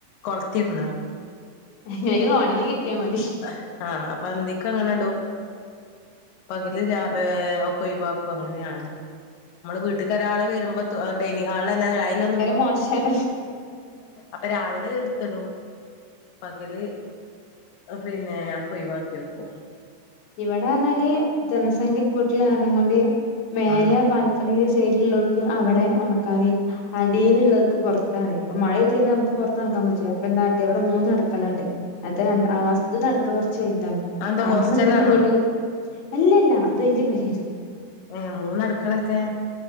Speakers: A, on the left; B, on the left.
A: കൊളത്തിരുന്നാ
B: എങ്ങനെങ്കിലും ഒണങ്ങി കിട്ടിയാ മതി
A: ആഹ അപ്പൊ എന്തക്കെ അങ്ങനെ ഇടും <unintelligible> നമുക്ക് ഒഴിവാ പ്പൊങ്ങനെയാണ് മ്മടെ വീട്ട് ട്ടൊരാള് വരുമ്പോ തു ഡൈനിങ് ഹാളിലെന്നെ അയിലൊന്നും
B: മാഷറ
A: അപ്പൊ രാവിലെ ട്ത്തിടും പകല് പിന്നെ ഒയ് വാക്കി വെക്കും
B: ഇവിടെർഞ്ഞാല് ജനസംഖ്യ കൂട്ടിൽ കാരണം കൊണ്ട് മേലെ
A: ആഹ്
B: ബാൽക്കണീസ് സൈഡിലുള്ളോർക്ക് അവിടെ ഒണക്കാന് അടീലുള്ളോർക്ക് പൊറത്താണ് ഇപ്പ മഴയത്ത് പിന്നെ നമുക്ക് പുറത്തൊണക്കാൻ പറ്റോ അപ്പൊന്താട്ട ഇവിടെ മൂന്ന് അടുക്കളണ്ട് അത് അൻ ഫസ്റ്റ്ത്തെ അടുക്ക കൊറ ച്ച് വൽതാണ്
A: അതെന്താ
B: അവ്ട്ന്ന്ങ്ങ്
A: ഹോസ്റ്റലാണോ
B: ട്ട്ങ്ങ് ട്ടു അല്ലല്ല അത് വല്യ പെരേണ്
A: ഏ മൂന്നടുക്കളൊക്കെ